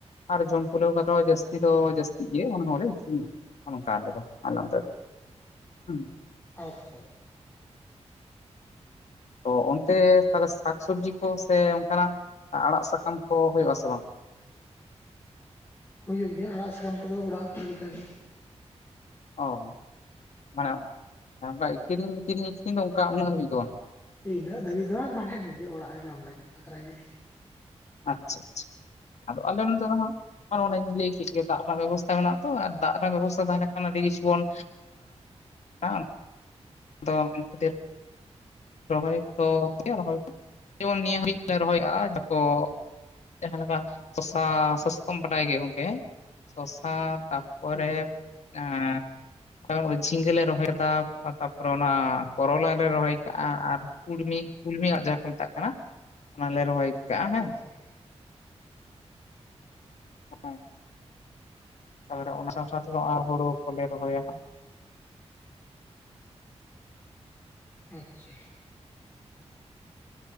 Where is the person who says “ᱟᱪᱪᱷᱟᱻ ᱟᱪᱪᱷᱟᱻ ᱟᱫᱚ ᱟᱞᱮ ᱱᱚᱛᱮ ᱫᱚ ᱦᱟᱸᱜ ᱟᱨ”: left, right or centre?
Left